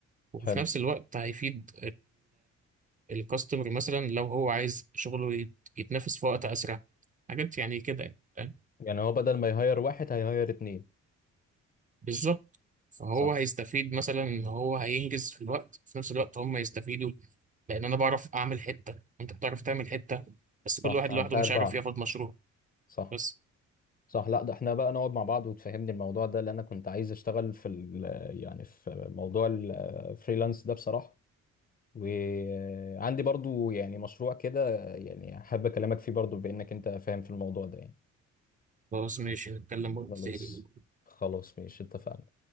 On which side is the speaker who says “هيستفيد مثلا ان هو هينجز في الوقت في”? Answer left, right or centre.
Right